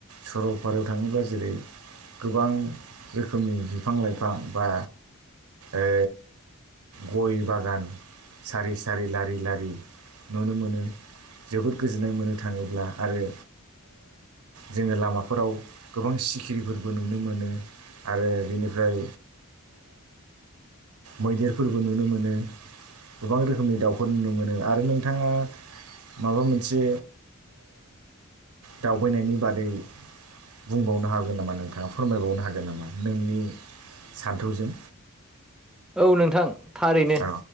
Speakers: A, on the right; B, in the centre.
A: सरलपारायाव थाङोबा जेरै गोबां रोखोमनि बिफां लाइफां बा ए गय बागान सारि सारि लारि लारि नुनो मोनो जोबोद गोजोननाय मोननो थाङोब्ला आरो जोङो लामाफोराव गोबां सिखिरिफोरबो नुनो मोनो आरो बिनिफ्राय मैदेरफोरबो नुनो मोनो गोबां रोखोमनि दाउफोर नुनो मोनो आरो नोंथाङा माबा मोनसे दावबायनायनि बादै बुंबावनो हागोन नामा नोंथाङा फोरमायबावनो हागोन नामा नोंनि सान्थौजों
B: औ नोंथां थारैनो
A: औ